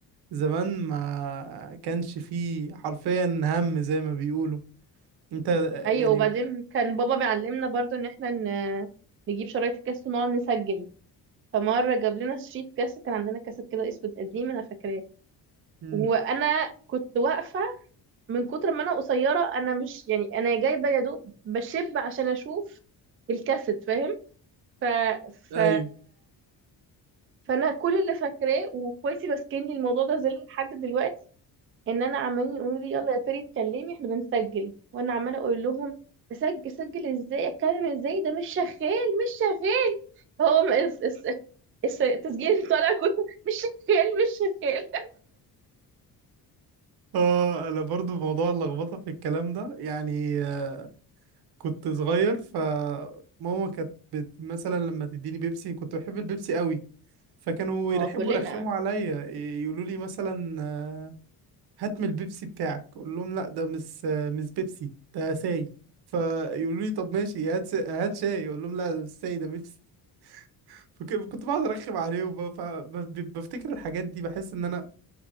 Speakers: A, on the right; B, on the right.
A: زمان ما كانش فيه حرفيا هم زي ما بيقولوا انت
B: ايوه
A: يعني
B: وبعدين كان بابا بيعلمنا برضو ان احنا ن... نجيب شرايط الكاس ونقعد نسجل فمرة جاب لنا شريط كاس كان عندنا كاسات كده اسود قديم انا فاكراه
A: مم.
B: وانا كنت واقفة من كتر ما انا قصيره انا مش يعني انا جايبه يا دوب بشب عشان اشوف الكاسيت فاهم ف...
A: ايوه
B: ف... فانا كل اللي فاكراه واخواتي ماسكيني الموضوع ده زي لحد دلوقتي ان انا عمالين يقولوا لي يلا يا فيري اتكلمي احنا بنسجل وانا عماله اقول لهم اسجل سجل ازاي اتكلم ازاي ده مش شغال مش شغال هو م- الس- الس- الس- التسجيل طالع كله مش شغال مش شغال
A: اه انا برضو موضوع اللخبطه في الكلام ده يعني آه، كنت صغير فماما كانت بت... مثلا لما تديني بيبسي كنت بحب البيبسي قوي فكانوا
B: اه
A: يرحبوا
B: كلنا
A: يرخموا عليا يقولوا لي مثلا آه، هات من البيبسي بتاعك اقول لهم لا ده مش آه، مش بيبسي ده ساي فيقولوا لي طب ماشي هات س- هات شاي اقول لهم لا ده مش ساي ده بيبسي <laughs> فك- كنت بقعد ارخم عليهم بقى، ف- ب- ب- بفتكر الحاجات دي بحس ان انا